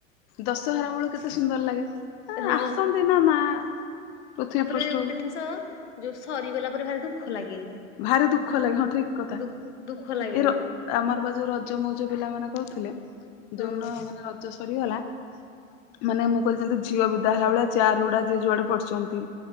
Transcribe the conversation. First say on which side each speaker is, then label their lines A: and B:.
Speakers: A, on the left; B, on the left.
A: ଦଶହରା ବେଳକୁ କେତେ ସୁନ୍ଦର ଲାଗେ।
B: ହଁ,
A: ଆସନ୍ତି ନା ମା ପୃଥିବୀ
B: ତାପରେ
A: ପୃଷ୍ଠକୁ
B: ଗୋଟେ ଜିନିଷ ଯୋଉ ସରିଗଲା ପରେ ଭାରି ଦୁଃଖ ଲାଗେ।
A: ଭାରି ଦୁଃଖ ଲାଗେ ହଁ ଠିକ କଥା।
B: ଦୁ ଦୁଃଖ ଲାଗେ
A: ଏ ର ଆମର ବା ଯୋଉ ରଜ ମଉଜ ପିଲାମାନେ କରୁଥିଲେ,
B: ହଁ
A: ଯୋଉ ଦିନ ମାନେ ରଜ ସରିଗଲା ମାନେ ମୁଁ କହିଲି ଯେମିତି ଝିଅ ବିଦା ହେଲା ଭଳିଆ ଚେୟାର ଗୁଡ଼ା ଯିଏ ଯୁଆଡ଼େ ପଡିଛନ୍ତି।